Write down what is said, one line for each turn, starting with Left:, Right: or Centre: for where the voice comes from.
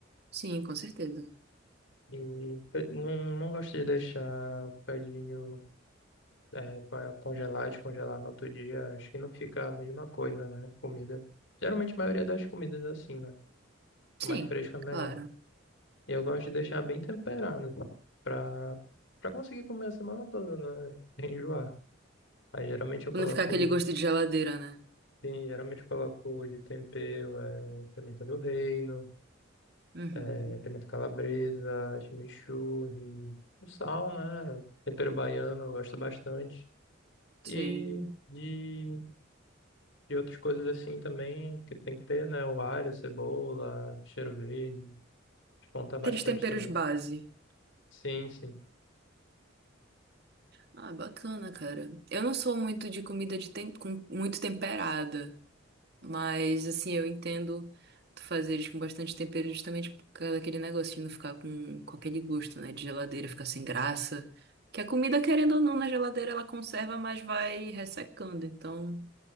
Right: sim, com certeza.
Left: E eu não, não gosto de deixar o bocadinho. É, para congelar e descongelar no outro dia, acho que não fica a mesma coisa, né? Comida. Geralmente a maioria das comidas é assim, né?
Right: Sim,
Left: Mais fresca é melhor.
Right: claro.
Left: E eu gosto de deixar bem temperado pra, pra conseguir comer a semana toda, né? <laughs> Sem enjoar. Aí geralmente eu
Right: Pra
Left: coloco.
Right: não ficar aquele gosto de geladeira, né?
Left: Sim, geralmente eu coloco de tempero é, pimenta do reino,
Right: Uhum,
Left: é, pimenta calabresa, chimichurri, o sal, né? Tempero baiano eu gosto bastante.
Right: sei.
Left: E de E outras coisas assim também que tem que ter, né? O alho, cebola, cheiro verde. Descontar bastante
Right: Aqueles temperos
Left: também.
Right: base.
Left: Sim, sim,
Right: Ah, bacana, cara. Eu não sou muito de comida de tem... com muito temperada, mas assim, eu entendo tu fazer eles com bastante tempero justamente por causa daquele negócio de não ficar com, com aquele gosto, né? De geladeira, ficar sem graça. Que a comida, querendo ou não, na geladeira ela conserva, mas vai ressecando, então.